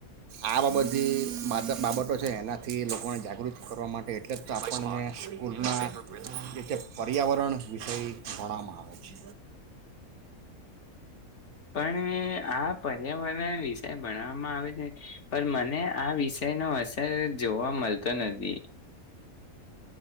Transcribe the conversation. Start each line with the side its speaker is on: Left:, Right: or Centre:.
Right: આ બાબતથી માતા બાબતો છે, એનાથી લોકોને જાગૃત કરવા માટે એટલે જ આપણને સ્કૂલના જે છે, પર્યાવરણ વિષય ગણવામાં આવે છે.
Left: પણ આ પર્યાવરણ ષ ભણવામાં આવે છે પણ મને આ વિષય નો અસર જોવા મળતો નથી.